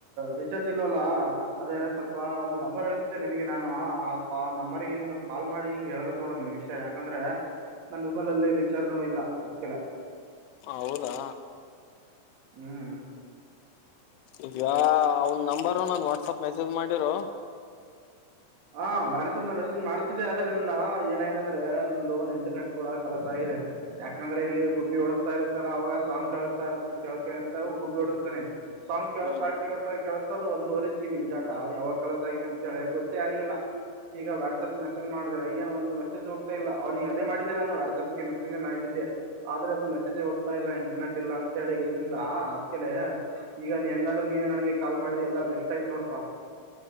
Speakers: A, on the right; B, on the left.
A: ರಿಚಾರ್ಜ್ ಇಲ್ಲವಲ್ಲ ಅದೇ ಸ್ವಲ್ಪ ಒಂದು ನಂಬರ್ ಹೇಳ್ತಿದ್ದೆ ನಿನಗೆ ನಾನು ಆ ನಂಬರ್ಗೆ ನೀನು ಕಾಲ್ ಮಾಡಿ ಹಿಂಗೆ ಹೇಳಬೇಕ್ ನೋಡೋ ನನ್ನ ವಿಷಯ ಯಾಕಂದ್ರೆ ನನ್ನ ಮೊಬೈಲ ಅಲ್ಲಿ ರೀಚಾರ್ಜ್ ಇಲ್ಲ ಅದ್ಕಲೆ
B: ಹೌದಾ
A: ಹ್ಮ್
B: ಈಗಾ ಅವನು ನಂಬರ್ ನಾನು ವಾಟ್ಸ್ಆಪ್ ಮೆಸೇಜ್ ಮೆಸೇಜ್ ಮಾಡಿರು
A: ಹಾ ವಾಟ್ಸಪ್ಪ್ ಮೆಸೇಜ್ ಮಾಡ್ತಿದ್ದ ಅದ್ರ ನಾನು ಏನಗಿದೆ ಅಂದ್ರೆ ಒಂದು ಇಂಟರ್ನೆಟ್ ಕೂಡ ಕಲಸ್ ಆಗಿದೆ ಯಾಕಂದ್ರೆ ಇಲ್ಲಿ ಗುಬ್ಬಿ ಹೊಡಸ್ತಾ ಇರತ್ತಲ್ಲ ಅವಾಗ ಸಾಂಗ್ ಕೇಳಿಸ್ತಾ ಇರತ್ತ ಕೇಳ್ಕೆ ಇಂದ ಗುಬ್ಬಿ ಓಡಿಸಸ್ತಾನೆ ಸಾಂಗ್ ಕೇಳಿಸ್ತಾ
B: ಹ್ಮ್
A: ಕೇಳಸ್ತಾ ಕೇಳಿಸ್ತಾ ಅದು ಒಂದ್ವರೆ ಜೀಬಿ ಟಾ ಯಾವಾಗ ಕಲಸ್ ಆಗಿದೆ ಅಂತ ಹೇಳ ಗೊತ್ತ ಗೊತ್ತೇ ಆಗ್ಲಿಲ್ಲ ವಾಟ್ಸಾಪ್ ಮೆಸೇಜ್ ಮಾಡಿದ್ರೆ ಏನ್ ಒಂದು ಮೆಸೇಜ್ ಹೋಗ್ತಾ ಇಲ್ಲ ಅವ್ನಿಗ ಅದೇ ಮಾಡಿದ್ದೆ ನಾನು ವಾಟ್ಸಪ್ಗೆ ಮೆಸೇಜ ಮಾಡಿದ್ದೆ ಆದ್ರೆ ಅದು ಮೆಸೇಜ್ ಹೋಗ್ತಾ ಇಲ್ಲ ಇಂಟರ್ನೆಟ್ ಇಲ್ಲ ಅಂತ ಹೇಳಿ ಗಸಿಂದ ಅದ್ಕಲೆ ಈಗ ಹೆಂಗಾದ್ರರು ನೀನೇ ನನ್ಗೆ ಕಾಲ್ ಮಾಡಿದೆ ಎಲ್ಲಾ ಬೆಸ್ಟ್ ಆಯ್ತ್ ನೋಡಪಾ